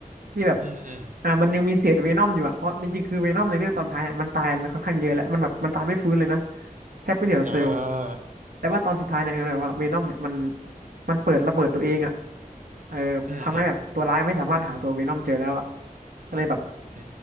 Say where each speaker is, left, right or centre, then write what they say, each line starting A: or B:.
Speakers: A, on the right; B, on the right.
A: ที่แบบ
B: อืมอืม
A: อ่ามันยังมีเศษเวนอมอยู่อะเพราะจริงๆคือเวนอมในเรื่องตอนท้ายเนี่ยมันตายไปค่อนข้างเยอะแล้วมันแบบมันตายไม่ฟื้นเลยนะแทบไม่เหลือเซลล์
B: อ่า
A: แต่ว่าตอนสุดท้ายเนี่ยเออแบบว่าเวนอมเนี่ยมันมันเปิดระเบิดตัวเองอะเออทำให้แบบตัวร้ายไม่สามารถหาตัวเวนอมเจอแล้วอะ
B: อืมอืม
A: ก็เลยแบบ
B: อื